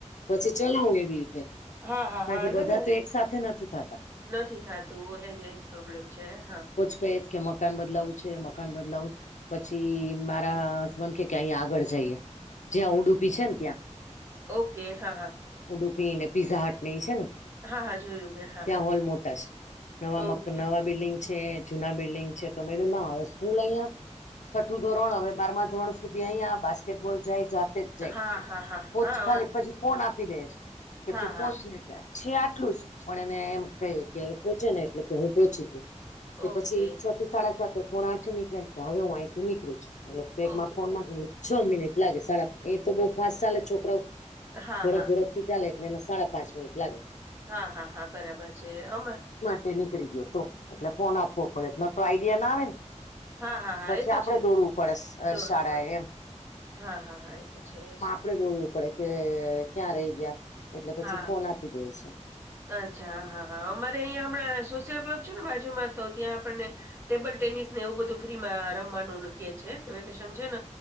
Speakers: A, on the left (about 75°); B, on the right (about 20°).
A: પછી ચલાવે એવી રીતે.
B: હા, હા,
A: કારણ
B: હા,
A: કે
B: ના-ના.
A: બધા તો એક સાથે નથી થતા
B: નથી થાતું, એજ-એજ પ્રોબ્લેમ છે હા.
A: તો એ જ કે મકાન બદલાવું છે, મકાન બદલાવું છ. પછી મારા હસબન્ડ કહે કે અહીંયાં આગળ જઈએ. જ્યાં ઉડુપી છેન ત્યાં.
B: ઓકે, હા, હા.
A: ઉડુપી ને, પીઝા હટ ને ઈ છે ને.
B: હા, હા. જોયું મેં. હા,
A: ત્યાં
B: હા.
A: હોલ મોટા છ. નવા
B: ઓકે.
A: મક નવા બિલ્ડિંગ છે. જૂના બિલ્ડિંગ છે. તો મે કીધું, ના હવે સ્કૂલ અહિયાં છઠ્ઠું ધોરણ હવે બારમા ધોરણ સુધી અહીયાં, બાસ્કેટબોલ જાય જાતે જ જાય.
B: હા, હા, હા.
A: પહોંચ
B: હા,
A: ખાલી
B: હા.
A: પછી ફોન આપી દેછ. કે
B: હા,
A: તું
B: હા.
A: પહોંચ ને ત્યાં છે આટલું જ, પણ એને એમ કહી કે પહોંચે ને એટલે તે હું પહોંચી ગયો.
B: ઓકે.
A: કે પછી છ થી સાડા સાતે, પોણા આઠે નીકળે ને કહૂ હવે હું અહીં થી નીકળું છું. મતલબ બેગમાં
B: ઓકે.
A: ફોન <unintelligible> છ મિનિટ લાગે સાડા, એ તો બઉ ફાસ્ટ સાલે છોકરાવ.
B: હા,
A: ઝડપ-ઝડપ
B: હા.
A: થી ચાલે એટલે એને સાડા પાંચ મિનિટ લાગે.
B: હા, હા, હા, બરાબર છે. અમાર
A: એ નીકળી ગયો તો, એટલે ફોન આપવો પડે, નતો આઈડિયા ના આવેન
B: હા, હા, હા.
A: પછી
B: એ તો
A: આપણે
B: છે જ.
A: દોડવું પડે
B: દોડવું
A: શાળાએ
B: પડે.
A: એમ.
B: હા, હા, હા એ તો છે જ.
A: પણે દોડવું પડે કે ક્યાં રહી ગયા. એટલે પછી
B: હા.
A: ફોન આપી દે છે.
B: અચ્છા, હા, હા. અમારે અહીંયા હમણાં સોશિયલ ક્લબ છે ને બાજુમાં તો ત્યાં આપણને ટેબલ ટેનિસ ને એવું બધું ફ્રીમાં રમવાનુંન કહે છે. કે વેકેશન છે ને